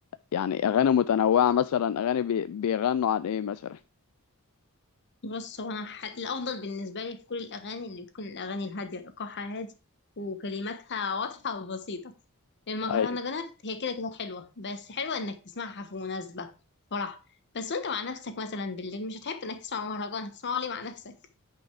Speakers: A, on the left; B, on the left.
A: يعني اغاني متنوعه مثلا اغاني بي... بيغنوا عن ايه مثلا
B: بص هو انا ح... الافضل بالنسبه لي في كل الاغاني اللي بتكون الاغاني الهاديه ايقاعها هادي وكلماتها واضحه وبسيطه المهرجانات
A: ايوه
B: هي كده كده حلوه بس حلوه انك تسمعها في مناسبه فرح بس وانت مع نفسك مثلا بالليل مش هتحب انك تسمع مهرجان هتسمعه ليه مع نفسك